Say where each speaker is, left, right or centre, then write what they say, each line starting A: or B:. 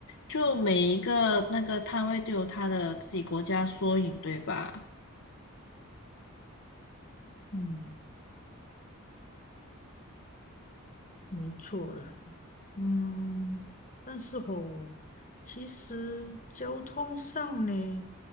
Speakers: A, on the left (about 60°); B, on the left (about 35°).
A: 就每一个那个摊位都有他的自己国家缩影，对吧？
B: 嗯，没错了。嗯，但是吼，其实交通上呢，